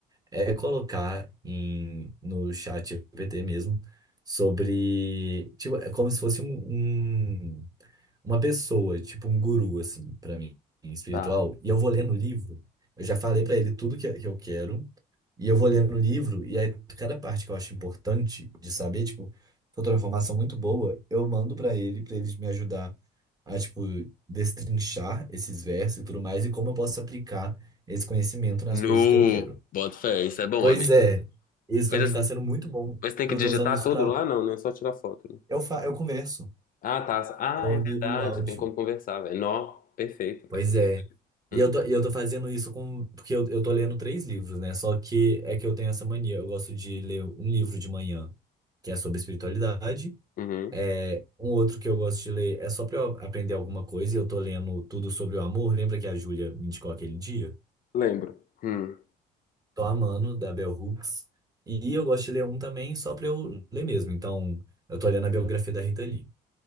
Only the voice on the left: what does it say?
Tá.
No.
Bota fé, isso é bom,
amigo.
Mas,
assim,
mas tem
que
digitar
tudo
lá? Não, não é só tirar foto. né?
Ah, tá. Ah,
é verdade.
Tem como conversar, velho. Nó, perfeito,
velho.
Hum, uhum.
Lembro. Hum.